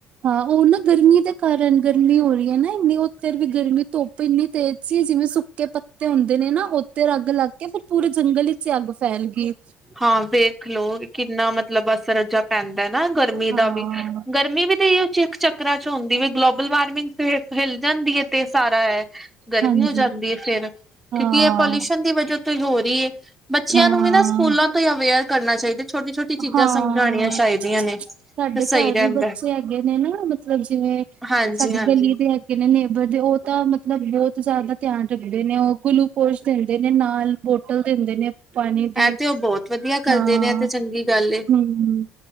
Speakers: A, on the right (about 35°); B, in the centre.
A: ਹਾਂ ਉਹ ਨਾ ਗਰਮੀ ਦੇ ਕਾਰਨ ਗਰਮੀ ਹੋ ਰਹੀ ਹੈ ਨਾ, ਉੱਥਰ ਵੀ ਗਰਮੀ ਧੁੱਪ ਇੰਨੀ ਤੇਜ਼ ਸੀ ਜਿਵੇਂ ਸੁੱਕੇ ਪੱਤੇ ਹੁੰਦੇ ਨੇ ਨਾ ਉੱਧਰ ਅੱਗ ਲੱਗ ਕੇ ਫੇਰ ਪੂਰੇ ਜੰਗਲ ਵਿੱਚ ਹੀ ਅੱਗ ਫੈਲ ਗਈ।
B: ਹਾਂ ਵੇਖ ਲਓ ਕਿੰਨਾ ਮਤਲਬ ਮਤਲਬ ਬੱਸ ਰੱਜਾ ਪੈਂਦਾ। ਨਾ ਗਰਮੀ
A: ਹਾਂ
B: ਦਾ ਵੀ ਗਰਮੀ ਵੀ ਤੇ ਚਕ ਚੱਕਰਾਂ ਚ ਹੁੰਦੀ ਵੀ। ਗਲੋਬਲ ਵਾਰਮਿੰਗ ਫ ਫੈਲ ਜਾਂਦੀ ਹੈ। ਤੇ ਸਾਰਾ ਹੈ, ਗਰਮੀ
A: ਹਾਂਜੀ
B: ਹੋ ਜਾਂਦੀ ਹੈ ਫੇਰ
A: ਹਾਂ
B: ਕਿਉਂਕਿ ਇਹ ਪੋਲਿਊਸ਼ਨ ਦੀ ਵਜਾ ਕੋਈ ਹੋ ਰਹੀ ਹੈ। ਬੱਚਿਆਂ
A: ਹਾਂ,
B: ਨੂੰ ਵੀ ਨਾ ਸਕੂਲਾਂ ਤੋਂ ਅਵੇਅਰ ਕਰਨਾ ਚਾਹੀਦਾ। ਛੋਟੀ ਛੋਟੀ ਚੀਜ਼ਾਂ
A: ਹਾਂ
B: ਸਮਝਾਉਣੀਆਂ ਚਾਹੀਦੀਆਂ ਨੇ
A: ਸਾਡੇ
B: ਤੇ ਸਹੀ
A: ਘਰ
B: ਰਹਿੰਦਾ
A: ਵੀ ਬੱਚੇ ਹੈਗੇ ਨੇ ਨਾ ਮਤਲਬ ਜਿਵੇਂ
B: ਹਾਂਜੀ
A: ਸਾਡੀ
B: ਹਾਂਜੀ
A: ਗਲੀ ਦੇ ਹੈਗੇ ਨੇ ਨੇਬਰ ਦੇ ਉਹ ਤਾਂ ਮਤਲਬ ਬਹੁਤ ਜ਼ਿਆਦਾ ਧਿਆਨ ਰੱਖਦੇ ਨੇ ਉਹ ਗਲੂ ਕੁਛ ਦਿੰਦੇ ਨੇ ਨਾਲ ਬੋਟਲ ਦਿੰਦੇ ਨੇ, ਪਾਣੀ
B: ਹੈ
A: ਦੀ
B: ਤੇ ਉਹ ਬਹੁਤ ਵਧੀਆ ਕਰਦੇ
A: ਹਾਂ
B: ਨੇ ਤੇ, ਚੰਗੀ ਗੱਲ ਏ
A: ਹੂੰ।